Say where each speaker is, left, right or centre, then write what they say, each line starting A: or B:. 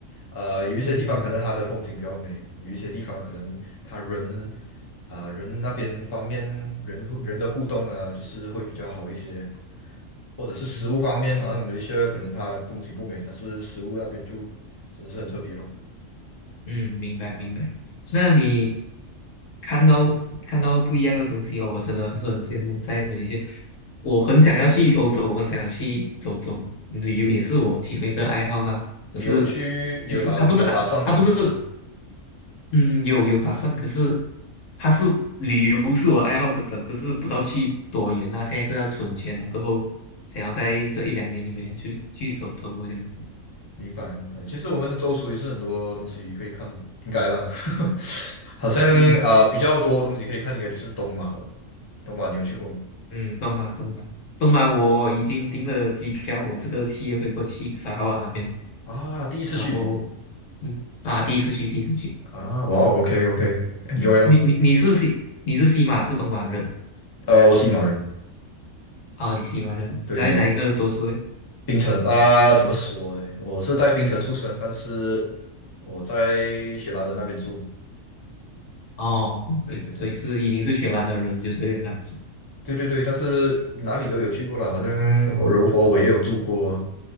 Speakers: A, on the left; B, on the left.
A: 呃，有一些地方可能它的风景比较美，
B: 嗯嗯
A: 有一些地方可能它人啊、人那边方面人互人的互动啊，就是会比较好一些，或者是食物方面，
B: 嗯，
A: 好像马来西亚可能它风景不美，但是食物那边就真的是很特别咯。
B: 嗯明白明白。
A: 啊、是咯，
B: 那你看到看到不一样的东西哦，我真的是很羡慕。在马来西亚我很想要去欧洲，我很想要去走走，旅游也是我其中一个爱好啦。
A: 你有去，
B: 可是就是他不是啊，
A: 你有打，你有打算吗？
B: 他不是。
A: 还是？
B: 嗯，有有打算，可是他是旅游是我爱好的，可是不知道去多远啊。现在是要存钱了，过后想要在这一两年里面去去走走这样子。
A: 明白明白。其实我们的州属也是很多东西可以看嘛，应该啦。<laughs> 好像啊、
B: 嗯
A: 呃比较多东西可以看，应该就是东马吧。东马你有去过吗？
B: 嗯，东马东马东马，我已经订了机票，我这个七月会过去砂拉越那边，
A: 啊，第一次去
B: 然后嗯啊，第一次去第一次去。
A: 啊，哇 o k OK，enjoy 啦。
B: 你你你是西你是西马是东马人
A: 呃，我是马人，
B: 啊、你西马人在哪一个州市？
A: 对对，我槟城啊、怎么说呢？我是在槟城出生，但是我在雪兰莪那边住。
B: 哦，OK，
A: 对对对。
B: 所以是已经是雪兰的人就对了。
A: 对对对，但是哪里都有去过了，好像柔佛我也有住过，